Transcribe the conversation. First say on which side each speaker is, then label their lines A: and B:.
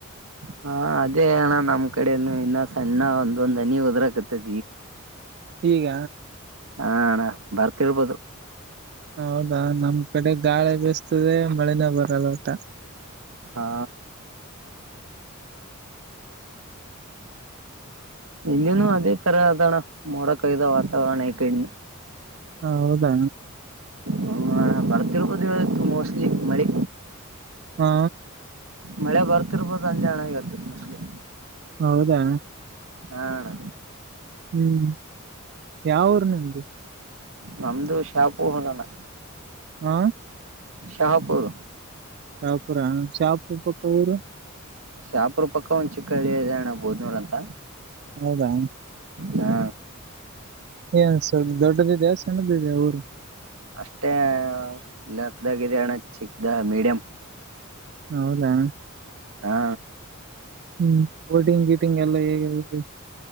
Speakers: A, on the right (about 70°); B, on the right (about 50°).
A: ಹಾ ಅದೇ ಅಣ್ಣ ನಮ್ ಕಡೆನು ಇನ್ನ ಸಣ್ಣ ಒಂದೊಂದ್ ಹನಿ ಉದ್ರಕತಿ
B: ಈಗ
A: ಹಣ್ಣ ಬರ್ತಿಳ್ಬೋದು
B: ಹೌದಾ ನಮ್ ಕಡೆ ಗಾಳಿ ಬೇಿಸತದೆ ಮಳನೇ ಬರಲ್ಲ ಊಟ
A: ಹಾ ಇಲ್ಲಿನು ಅದೇ ತರ ಅದಣ ಮೋಡ ಕವಿದ ವಾತಾವರಣ ಇದೆ
B: ಹಾ ಹೌದಾ
A: ಹ್ಮ ಬರ್ತಿರ್ಬೋದು ಇತ್ತು ಮೋಸ್ಟ್ಲಿ ಮಳಿ
B: ಹಾ
A: ಮಳೆ ಬರ್ತಿರ್ಬೋದು ಅಂದೆ ಅಣ್ಣ ಈವತು ಮೋಸ್ಟ್ಲಿ
B: ಹೌದಾ
A: ಹಾ ಅಣ್ಣಾ
B: ಹ್ಮ್ ಯಾವಊರು ನಿಂದು ನಿಮ್ಡು
A: ನಮದು ಶಾವಪೋಹರನ್ನ
B: ಹ್ಮ
A: ಶಾಪುರ್
B: ಶಾಪುರ ಶಾಫ್ ಪಕ್ಕಾ ಊರು
A: ಶಾಪುರ ಪಕ್ಕ ಒಂದ್ ಚಿಕ್ಕಳ್ಳಿ ಇದೆಯಣ್ಣ ಬೋದ್ನೂರ್ ಅಂತ.
B: ಹೌದಾ.
A: ಹಾ.
B: ಏನ್ ಸ್ವಲ್ಪ ದೊಡ್ಡದಿದೆ ಸಣ್ಣದದೆ ಊರು.
A: ಅಷ್ಟೇ ಲೆಕ್ಕ ಇದೆ ಅಣ್ಣ ಚಿಕ್ಕ ಮೀಡಿಯಂ.
B: ಹೌದಾ.
A: ಹಾ.
B: ಹ್ಮ್. ಓಟಿಂಗ್ ಗೀಟಿಂಗ್ ಎಲ್ಲ ಹೇಗ ಹೇಗಿರುತ್ತೆ